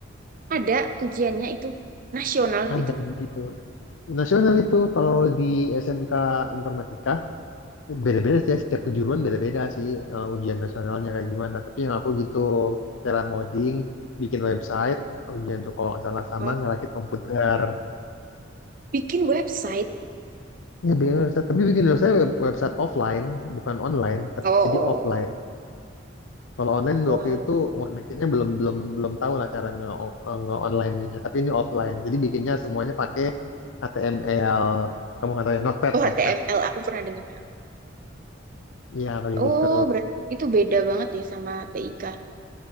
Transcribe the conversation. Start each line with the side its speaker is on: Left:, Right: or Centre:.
Right: ada ujiannya itu nasional
Left: ada
Right: itu.
Left: gitu nasional itu kalau di SMK Informatika beda-beda sih ya, setiap kejuruan beda-beda sih eh, ujian nasionalnya kayak gimana tapi yang aku gitu cara ngoding bikin website ujian tuh kalau nggak salah sama
Right: Oh,
Left: ngerakit komputer
Right: Bikin website.
Left: Ya bikin website, tapi bikin website web- website offline, bukan online, tapi
Right: Oh, oh,
Left: jadi offline. Kalau online
Right: oh.
Left: waktu itu connectionnya belum belum belum tahu lah cara nge, nge online ininya. tapi ini offline. Jadi bikinnya semuanya pakai HTML. Kamu nggak tahu ya, Notepad,
Right: Oh,
Left: Notepad.
Right: HTML aku pernah dengar.
Left: Iya pakai gitu.
Right: Oh, berarti itu beda banget ya sama TIK.